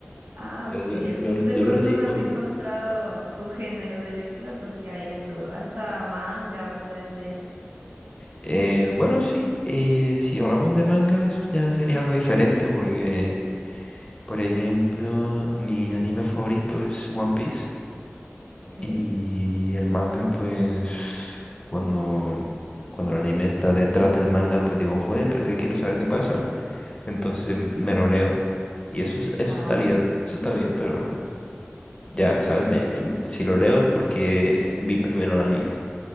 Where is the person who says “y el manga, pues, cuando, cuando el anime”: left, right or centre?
Left